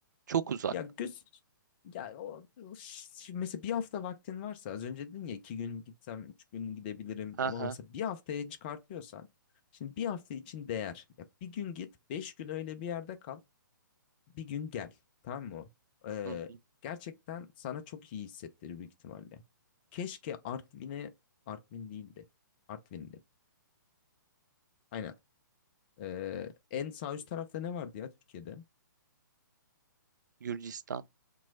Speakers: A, on the right; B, on the left.
A: Çok uzak.
B: Ya göz ya o o ş- şimdi mesela bir hafta vaktin varsa az önce dedin ya iki gün gitsem üç gün gidebilirim ama
A: Aha.
B: mesela bir haftaya çıkartıyorsan şimdi bir hafta için değer. Ya bir gün git beş gün öyle bir yerde kal bir gün gel tamam mı? Ee,
A: Hı hı.
B: gerçekten sana çok iyi hissettirir büyük ihtimalle. Keşke Artvin'e Artvin değildi. Artvin'di. Aynen. Ee, en sağ üst tarafta ne vardı ya Türkiye'de?
A: Gürcistan.